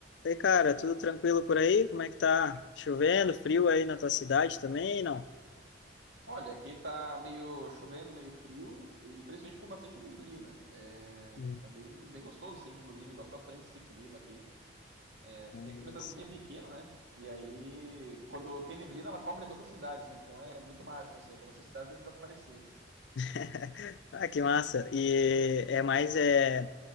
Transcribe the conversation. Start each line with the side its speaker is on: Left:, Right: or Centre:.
Left: E aí, cara, tudo tranquilo por aí? Como é que tá? Chovendo, frio aí na tua cidade também, não?
Right: Olha, aqui tá meio chovendo, meio frio e principalmente com bastante neblina. É,
Left: Hum,
Right: tá bem, bem gostoso, assim, inclusive. Gosto bastante desse clima aqui. É,
Left: mas-
Right: porque aqui é uma cidadezinha pequena, né? E aí, quando tem neblina, ela cobre toda a cidade, assim. Então é muito mágico, assim. É como se a cidade desaparecesse.
Left: <laughs> Ah, que massa. E é mais é,